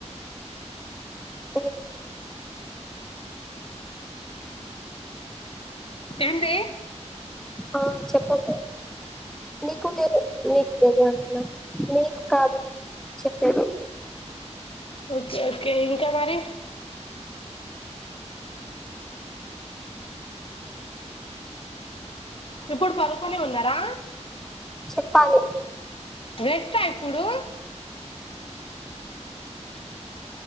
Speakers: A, in the centre; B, on the left.
A: ఎం లేదు
B: ఏంది
A: ఆ చెప్పకు నీకు లేదు నీకు లేదు అంటున్నా నీకు కాదు చెప్పేది
B: ఒకే ఒకే ఇంకా మరి ఇప్పుడు పడుకొని ఉన్నారా
A: చెప్పాలి
B: రెస్టా ఇప్పుడు